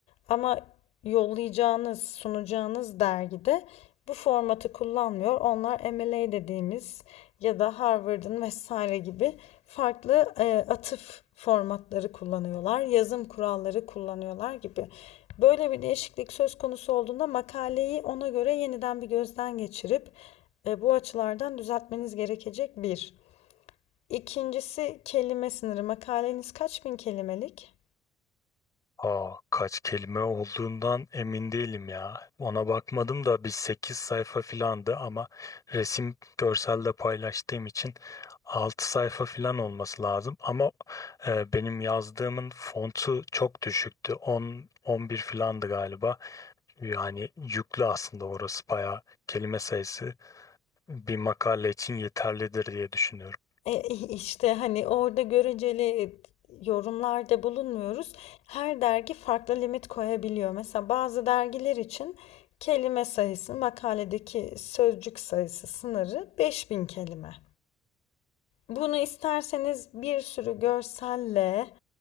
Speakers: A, on the left; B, on the left.
A: Ama yollayacağınız, sunacağınız dergide bu formatı kullanmıyor. Onlar MLA dediğimiz ya da Harvard'ın vesaire gibi farklı e, atıf formatları kullanıyorlar, yazım kuralları kullanıyorlar gibi. Böyle bir değişiklik söz konusu olduğunda makaleyi ona göre yeniden bir gözden geçirip e, bu açılardan düzeltmeniz gerekecek bir. İkincisi kelime sınırı. Makaleniz kaç bin kelimelik?
B: Aa, kaç kelime olduğundan emin değilim ya. Ona bakmadım da bir 8 sayfa filandı ama resim görselde paylaştığım için 6 sayfa filan olması lazım. Ama e, benim yazdığımın fontu çok düşüktü. on 11 filandı galiba. Yani yüklü aslında orası bayağı kelime sayısı bir makale için yeterlidir diye düşünüyorum.
A: E, işte hani orada göreceli e, yorumlarda bulunmuyoruz. Her dergi farklı limit koyabiliyor. Mesela bazı dergiler için kelime sayısı, makaledeki sözcük sayısı sınırı 5000 kelime. Bunu isterseniz bir sürü görselle